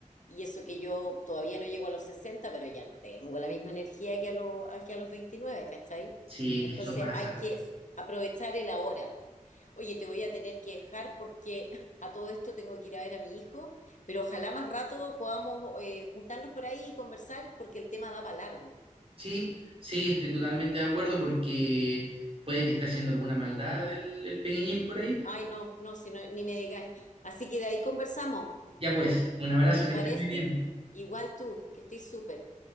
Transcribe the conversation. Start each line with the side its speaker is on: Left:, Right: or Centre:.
Left: y eso que yo todavía no llego a los 60, pero ya no tengo la misma energía que a, lo- a- que a los 29, ¿cachai?
Right: sí,
Left: Entonces
Right: que eso pasa.
Left: hay que aprovechar el ahora Oye, te voy a tener que dejar porque <laughs> a todo esto tengo que ir a ver a mi hijo, pero ojalá más rato podamos eh, juntarnos por ahí y conversar porque el tema da para largo.
Right: Sí, sí, estoy totalmente de acuerdo porque puede que esté haciendo alguna maldad el, el pequeñín por ahí.
Left: Ay, no, no, si no, ni me digas. Así que de ahí conversamos,
Right: Ya pues, un abrazo, que
Left: ¿te
Right: estés
Left: parece?
Right: muy bien.
Left: Igual tú, que estés súper.